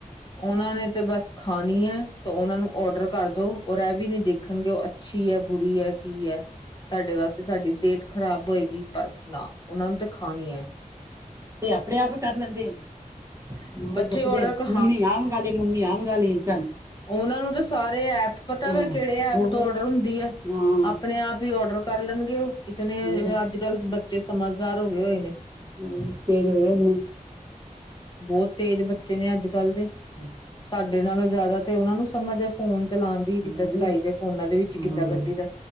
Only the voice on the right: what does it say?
ਤੇ ਆਪਣੇ ਆਪ ਕਰ ਲੈਂਦੇ।
ਮਵਾਇਲ
ਚੁਕਦੈ
ਮੰਮੀ ਆ ਮੰਗਾ ਲੀਏ ਮੰਮੀ ਆ ਮੰਗਾ ਲੀਏ ਚੱਲ
ਹਾਂ
ਹੋਰ
ਹਾਂ
ਹੋਰ
ਹੂੰ ਤੇਜ ਹੋ ਗਏ ਨੇ।
<inaudible>
ਹੂੰ
ਹੂੰ